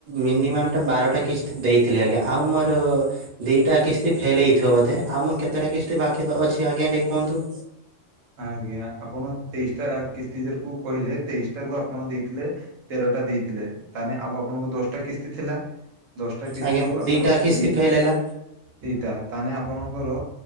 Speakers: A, on the right (about 45°); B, on the right (about 80°).
A: ମିନିମାମ୍ ଟା ବାରଟା କିସ୍ ଦେଇଥିଲି ଆଜ୍ଞା ଆଉ ମୋର ଦିଇଟା କିସ୍ତି ଫେଲ୍ ହେଇଥିବ ବୋଧେ ଆଉ ମୋର କେତେଟା କିସ୍ତି ବାକି ତ ଅଛି ଆଜ୍ଞା ଟିକେ କୁହନ୍ତୁ?
B: ଆଜ୍ଞା। ଆପଣ ତେଇଶିଟା କିସ୍ତିଜରକୁ କହିଲେ ତେଇଶିଟାରୁ ଆପଣ ଦେଇଥିଲେ ତେରଟା ଦେଇଥିଲେ ତାହେନେ ଆଉ ଆପଣଙ୍କୁ ଦଶଟା କିସ୍ତି ଥିଲା। ଦଶଟା କିସ୍ତିରୁ
A: ଆଜ୍ଞା
B: ଆପଣ
A: ଦିଟା କିସ୍ତି
B: ଦି
A: ଫେଲ୍ ହେଲା।
B: ଦିଟା ତାହେନେ ଆପଣଙ୍କର